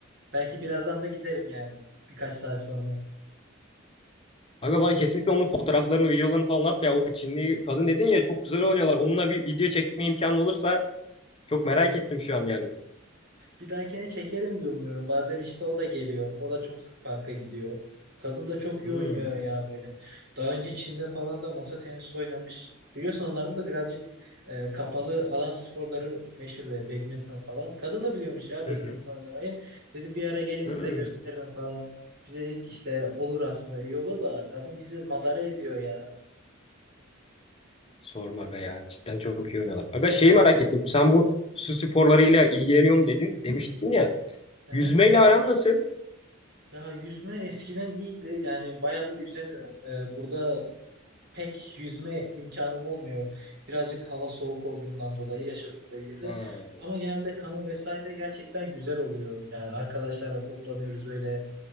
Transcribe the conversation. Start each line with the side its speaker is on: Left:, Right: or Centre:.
Right: Belki birazdan da giderim yani. Birkaç saat sonra.
Left: Aga bana kesinlikle onun fotoğraflarını, videolarını falan at ya. O Çinli kadın dedin ya çok güzel oynuyorlar. Onunla bir video çekme imkanı olursa çok merak ettim şu an yani. bunu.
Right: Bir dahakine çekerim diye umuyorum. Bazen işte o da geliyor. O da çok sık parka gidiyor. Kadın da çok iyi
Left: Hmm.
Right: oynuyor ya böyle. Daha önce Çin'de falan da masa tenisi oynamış. Biliyorsun onlarda da birazcık e, kapalı alan sporları meşhur böyle badminton falan. Kadın da biliyormuş ya
Left: <laughs>
Right: badminton oynamayı. Dedi bir ara gelin size
Left: Hmm,
Right: gösteririm falan. Bize dedik işte olur aslında iyi olur da kadın bizi madara ediyor ya.
Left: Sorma be ya. Cidden çok iyi oynuyorlar. Aga şeyi merak ettim. Sen bu su sporlarıyla ilgileniyorum dedin, demiştin ya.
Right: Hı hı.
Left: Yüzmeyle aran nasıl?
Right: Ya yüzme eskiden iyiydi. Yani bayağıdır yüzemiyorum. Ee, burada pek yüzme imkanım olmuyor. Birazcık hava soğuk olduğundan dolayı yaşadığım bölgede.
Left: Ha,
Right: Ama genelde kano vesaire gerçekten güzel oluyor. Yani arkadaşlarla toplanıyoruz böyle